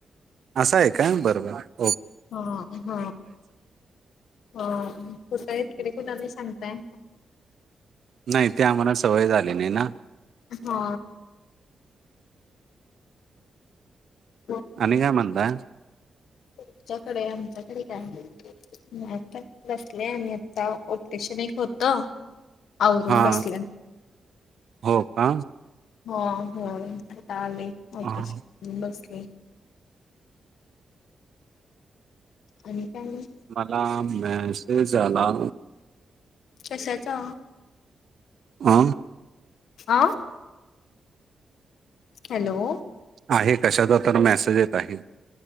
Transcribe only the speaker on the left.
हा हा हा कुठ हाय तिकडे कुणाला सांगताय
हा हॅलो <inaudible>
तुमच्याकडे आमच्याकडे काय आता बसले आणि आता ऑपरेशन एक होत आवरून
बसल्यात
हा हो आता आले आफिस
मधून बसले आणि काय मग
कशाचा?
आ हॅलो